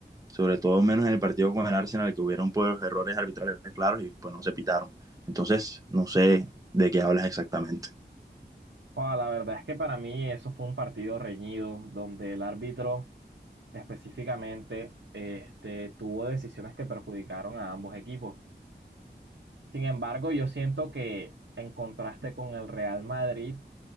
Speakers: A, on the right; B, on the right.
A: sobre todo menos en el partido con el Arsenal, que hubieron pues, errores arbitrales claros y pues no se pitaron. Entonces, no sé de qué hablas exactamente.
B: O la verdad es que para mí eso fue un partido reñido, donde el árbitro específicamente este, tuvo decisiones que perjudicaron a ambos equipos. Sin embargo, yo siento que en contraste con el Real Madrid,